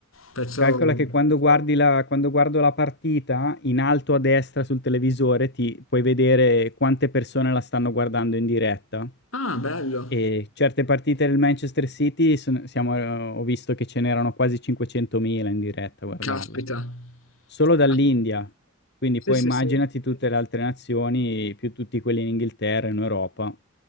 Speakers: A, on the left; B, on the left.
A: Penso
B: Calcola che quando guardi la quando guardo la partita, in alto a destra sul televisore ti puoi vedere quante persone la stanno guardando in diretta.
A: Ah, bello.
B: E certe partite del Manchester City son siamo ehm, ho visto che ce n'erano quasi 500.000 in diretta a guardarla.
A: Caspita.
B: Solo dall'India,
A: Ca-
B: quindi
A: Sì,
B: poi
A: sì,
B: immaginati
A: sì.
B: tutte le altre nazioni, più tutti quelli in Inghilterra, in Europa